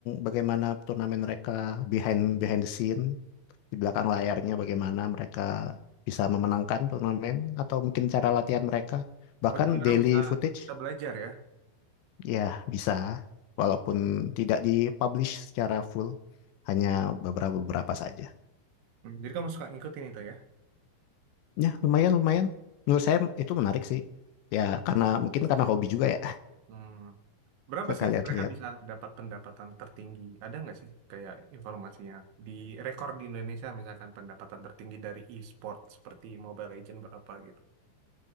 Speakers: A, on the left; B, on the right.
A: bagaimana turnamen mereka behind behind the scene di belakang layarnya bagaimana mereka bisa memenangkan turnamen atau mungkin cara latihan mereka, bahkan
B: oh jadi orang
A: daily
B: bisa
A: footage,
B: bisa belajar ya.
A: ya bisa, walaupun tidak dipublish secara full, hanya beberapa beberapa saja.
B: Hmm, jadi kamu suka ngikutin itu ya?
A: Ya, lumayan lumayan. Menurut saya itu menarik sih. Ya, karena mungkin karena hobi juga ya.
B: Hmm, berapa
A: Suka
B: sih
A: lihat-lihat.
B: mereka bisa dapat pendapatan tertinggi? Ada nggak sih kayak informasinya di rekor di Indonesia misalkan pendapatan tertinggi dari e-sport seperti Mobile Legends berapa gitu?